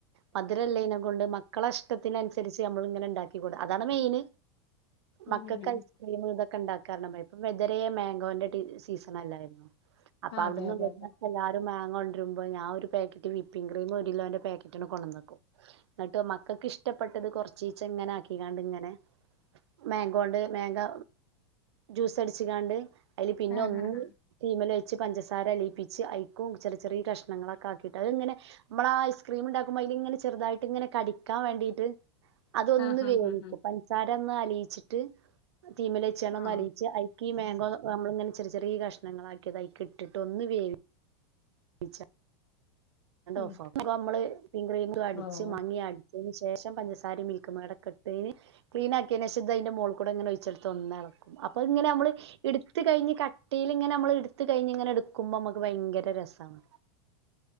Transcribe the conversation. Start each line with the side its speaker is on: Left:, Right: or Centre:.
Right: മധുരല്ലേെ കൊണ്ട് മക്കളെ ഇഷ്ടത്തിനനുസരിച്ച് നമ്മള് ഇങ്ങനെ ഉണ്ടാക്കി കൊടുക്കും അതാണ് മെയിൻ
Left: ഉം
Right: മക്കൾക്ക്
Left: ഉം
Right: ഐസ്ക്രീം ഇതൊക്കെ ഉണ്ടാക്കാൻ ഇപ്പം എതരെ മാങ്കോന്റെ സീസൺ അല്ലായിരുന്നു അപ്പൊ
Left: ആ,
Right: അവിടുന്നും
Left: അതെ അതെ
Right: ഇവിടുന്നും
Left: അതെ
Right: എല്ലാരും മാങ്ങ കൊണ്ടിരുമ്പോ ഞാൻ ഒരു പാക്കറ്റ് വിപ്പിംഗ് ക്രീമും ഒരു കിലോന്റെ പാക്കറ്റിങ്ങ് കൊണ്ടുന്ന് വെക്കും എന്നിട്ട് മക്കൾക്ക് ഇഷ്ടപ്പെട്ടത് കൊറച്ചീച്ച് ഇങ്ങനെ ആക്കി കാണ്ടിങ്ങനെ മാങ്കോ ഉണ്ട് മാങ്ങോ ജ്യൂസ് അടിച്ച് കാണ്ട് അതില് പിന്നെ
Left: ആഹ്
Right: ഒന്ന്
Left: ആഹ്
Right: അതീമേൽ വെച്ച് പഞ്ചസാര അലയിപ്പിച്ച് അയിക്കും ചെറിയ ചെറിയ കഷ്ണങ്ങളൊക്കെ ആ കിട്ടാ അത് ഇങ്ങന നമ്മള് ആഹ് ഐസ്ക്രീം ഉണ്ടാക്കുമ്പോ അതില് ഇങ്ങനെ ചെറുതായിട്ടീങ്ങനെ കടിക്കാൻ വേണ്ടീട്ട് അതൊന്ന്
Left: ആഹ് ആഹ്
Right: വേവിക്കും
Left: ആഹ് ആഹ്
Right: പഞ്ചസാര ഒന്ന് അലിയിച്ചിട്ട് തീയുമേലെ വെച്ചോണം ഒന്ന്
Left: ആഹ്
Right: അലിയിച്ച് ഐ ഈ മാംഗോ നമ്മള് ഇങ്ങനെ ചെറിയ ചെറിയ കഷ്ണങ്ങള് ആക്കി അതയിക്ക് ഇട്ടിട്ട് ഒന്ന് വേ വിച്ച്
Left: ഉം
Right: ഓഫ് ആക്കും നമ്മള് വിപിംങ്ങ് ക്രീം അടിച്ച്
Left: ഓഹ്
Right: മാങ്ങേയടി ച്ചതിന് ശേഷം പഞ്ചസാരേം മിൽക്കു മെയിഡ് ഒക്കെ ഇട്ട് ക്ലീൻ ആക്കിയതിന് ശേഷം ഇത് അതിന്റെ മോളി കൂടെ ഇങ്ങനെ ഒഴിച്ചൊടുത്ത് ഒന്ന് ഇളക്കും അപ്പൊ ഇങ്ങനെ നമ്മള് ഇടു എടുത്ത് കഴിഞ്ഞ് കട്ടിയിലിങ്ങനെ നമ്മള് എടുത്ത് കഴിഞ്ഞ് ഇങ്ങനെ എടുക്കുമ്പോൾ നമുക്ക് ഭയങ്കര രസാണ്